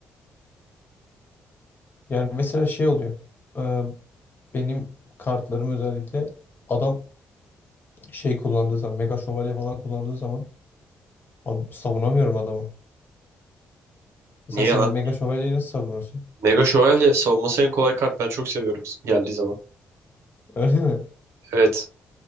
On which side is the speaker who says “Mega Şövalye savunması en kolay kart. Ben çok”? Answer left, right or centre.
Right